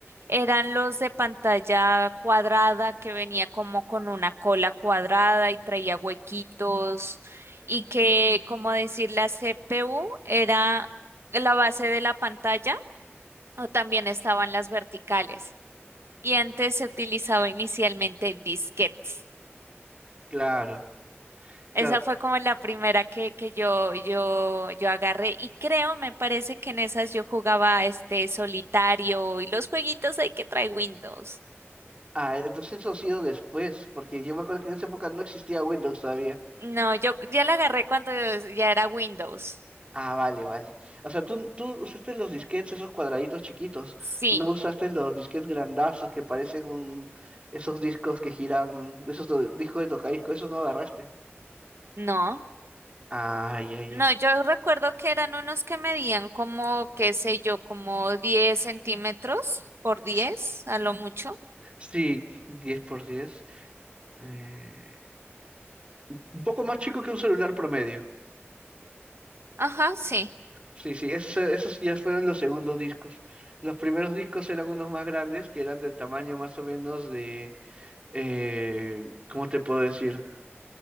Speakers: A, on the right; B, on the right.
A: eran los de pantalla cuadrada que venía como con una cola cuadrada y traía huequitos y que, como decir, la CPU era la base de la pantalla o también estaban las verticales. Y antes se utilizaba inicialmente disquetes.
B: Claro,
A: Esa
B: claro.
A: fue como la primera que, que yo, yo, yo agarré y creo, me parece que en esas yo jugaba este solitario y los jueguitos hay que trae Windows.
B: Ah, entonces eso ha sido después, porque yo me acuerdo que en esa época no existía Windows todavía.
A: No, yo ya la agarré cuando ya era Windows.
B: Ah, vale, vale. O sea, tú, tú usaste los disquetes, esos cuadraditos chiquitos.
A: Sí,
B: No usaste los disquetes grandazos que parecen un... esos discos que giran, de esos do- discos de tocadiscos, esos no agarraste.
A: no.
B: Ah, ya, ya.
A: No, yo recuerdo que eran unos que medían como, qué sé yo, como 10 centímetros por 10
B: S-
A: a lo mucho.
B: Sí, 10 por 10. Eh, un poco más chico que un celular promedio.
A: Ajá, sí.
B: Sí, sí, esos, esos ya fueron los segundos discos. Los primeros discos eran unos más grandes, que eran del tamaño más o menos de... eh, ¿cómo te puedo decir?